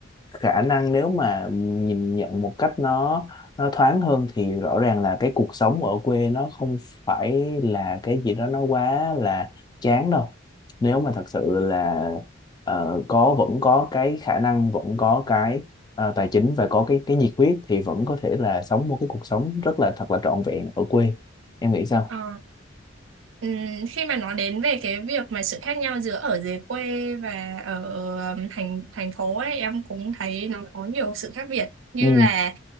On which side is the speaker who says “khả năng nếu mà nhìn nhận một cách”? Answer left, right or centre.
Left